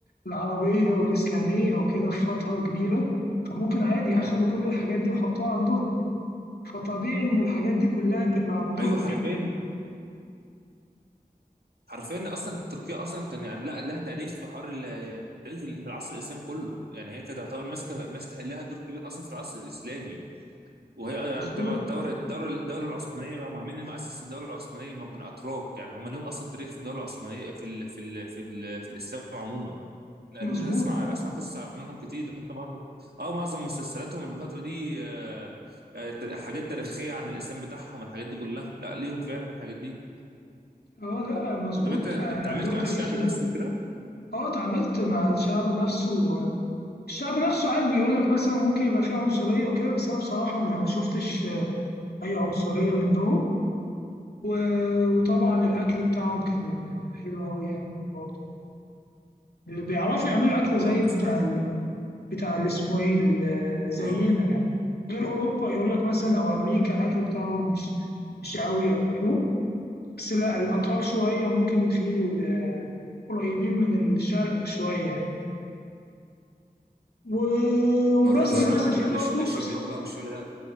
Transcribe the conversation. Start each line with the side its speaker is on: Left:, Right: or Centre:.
Left: العربية والإسلامية وكده في فترة كبيرة فممكن عادي أخدوا كل الحاجات دي وحطوها عندهم فطبيعي إن الحاجات دي كلها تبقى عندهم
Right: ايوه حرفيا حرفيا اصلا تركيا اصلا كان يعني لا لها تاريخ في حوار ال- في التاريخ اللي في العصر الاسلامي كله يعني هي كانت تعتبر ماسكه ماسكه لها دور كبير اصلا في العصر الاسلامي وهي
Left: مظبوط
Right: يعني تعتبر الدوله الدوله العثمانيه هم مين اللي مؤسس الدوله العثمانيه ما كانوا اتراك يعني هم لهم اصلا تاريخ في الدوله العثمانيه في ال في ال في, ال في الاسلام عموما لا
Left: مظبوط
Right: ده اسمع اسمع قصص عنهم كتير حتى معظم اه معظم مسلسلاتهم الفتره دي آه، آه، حاجات تاريخيه عن الاسلام بتاعهم الحاجات دي كلها لا ليهم فعلا الحاجات دي
Left: اه لا مظبوط
Right: طب انت انت
Left: يعني عندهم
Right: عملت مع
Left: تاريخ
Right: الشعب
Left: كبير
Right: نفسه كده؟
Left: اه اتعاملت مع الشعب نفسه الشعب نفسه عادي بيقول لك مثلا ممكن يبقى فيه عنصرية وكده بس انا بصراحة ما شفتش اي عنصرية منهم و- وطبعا الاكل بتاعهم كان حلو قوي يعني برضه بيعرفوا يعملوا اكل
Right: اه
Left: زي
Right: انا
Left: بتاع
Right: سمعت
Left: ال- بتاع اللي اسمه ايه ال- زينا
Right: اه
Left: يعني غير اوروبا يقول لك مثلا او امريكا الاكل بتاعهم مش مش قوي او كده بس لا الاتراك شوية ممكن في ال- قريبين من الشرق شوية و- وبس
Right: ما روحتش
Left: انا
Right: طبعا
Left: مثلا
Right: من
Left: في برضه
Right: للشيف
Left: بس
Right: بروك بقى والشغل ده